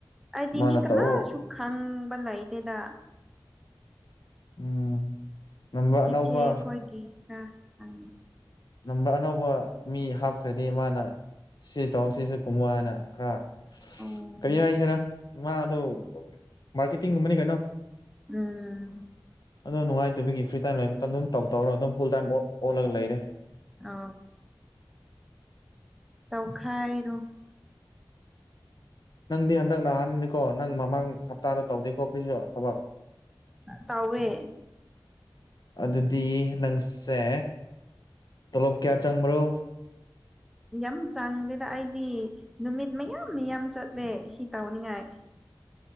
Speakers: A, in the centre; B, on the left.
A: ꯑꯩꯗꯤ
B: ꯃꯥꯅ
A: ꯃꯤ ꯀꯅꯥꯁꯨ
B: ꯇꯧꯑꯣ
A: ꯈꯪꯕ ꯂꯩꯇꯦꯗ
B: ꯎꯝ ꯅꯝꯕ ꯑꯅꯧꯕ
A: ꯏꯆꯦ ꯈꯣꯏꯒꯤ ꯈꯔ ꯈꯪꯉꯤ
B: ꯅꯝꯕꯔ ꯑꯅꯧꯕ ꯃꯤ ꯍꯥꯞꯈ꯭ꯔꯗꯤ ꯃꯥꯅ ꯁꯤ ꯇꯧ ꯁꯤꯁꯨ ꯈꯣꯡꯋꯥꯅ ꯈꯔ
A: ꯑꯣ
B: ꯀꯔꯤ ꯍꯥꯏꯁꯤꯔꯥ ꯃꯥꯗ ꯃꯥꯔꯀꯦꯇꯤꯡꯒꯨꯝꯕꯅꯤ ꯀꯩꯅꯣ
A: ꯎꯝ
B: ꯑꯗꯨꯣ ꯅꯨꯡꯉꯥꯏꯇꯕꯤꯒꯤ ꯐ꯭ꯔꯤ ꯇꯥꯏꯝ ꯂꯩ ꯃꯇꯝ ꯑꯗꯨꯝ ꯇꯧ ꯇꯧꯔ ꯑꯗꯨꯝ ꯐꯨꯜ ꯇꯥꯏꯝ ꯂꯒ ꯂꯩꯅꯦꯦ
A: ꯑ ꯇꯧꯈꯥꯏꯔꯣ <unintelligible>
B: ꯅꯪꯗꯤ ꯍꯟꯗꯛ ꯅꯍꯥꯟꯅꯤꯀꯣ ꯅꯪ ꯃꯃꯥꯡ ꯍꯞꯇꯥꯗ ꯇꯧꯗꯦꯀꯣ ꯀ꯭ꯔꯤꯁꯨ ꯊꯕꯛ
A: ꯇꯧꯋꯦ
B: ꯑꯗꯨꯗꯤ ꯅꯪ ꯁꯦ ꯇꯣꯂꯣꯞ ꯀꯌꯥ ꯆꯪꯕ꯭ꯔꯣ
A: ꯌꯥꯝ ꯆꯥꯡꯗꯦꯗ ꯑꯩꯗꯤ ꯅꯨꯃꯤꯠ ꯃꯌꯥꯝ ꯃꯌꯥꯝ ꯆꯠꯂꯦ ꯁꯤ ꯇꯧꯅꯤꯡꯉꯥꯏ